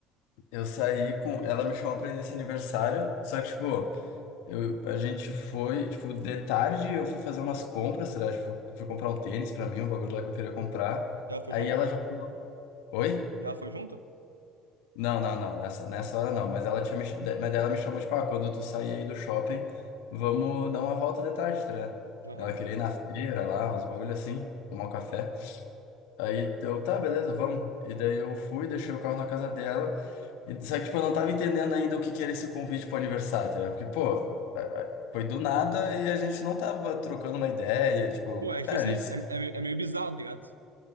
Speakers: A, on the left; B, on the right.
A: eu saí com. Ela me chamou pra ir nesse aniversário, só que, tipo. Eu, a gente foi, tipo, de tarde eu fui fazer umas compras, sei lá, tipo, fui comprar um tênis pra mim, um bagulho lá que eu queria comprar.
B: E ela foi
A: Aí
B: junto?
A: ela já falou, oi?
B: E ela foi junto?
A: Não, não, não, nessa, nessa hora não. Mas ela tinha me, ch- mas daí ela me chamou, tipo, ah, quando tu sair aí do shopping, vamos dar uma volta de tarde, tá? ligado?
B: Aham.
A: Ela queria ir na feira lá, uns bagulho assim, tomar um café. Aí eu, tá, beleza, vamos. E daí eu fui, deixei o carro na casa dela. E, só que, tipo, eu não tava entendendo ainda o que que era esse convite pro aniversário, tá ligado? Porque, pô, a- a- foi do nada e a gente não tava trocando uma ideia. Tipo,
B: Pô, é que,
A: cara,
B: tipo assim,
A: a gente
B: é, é, meio é meio bizarro, tá ligado?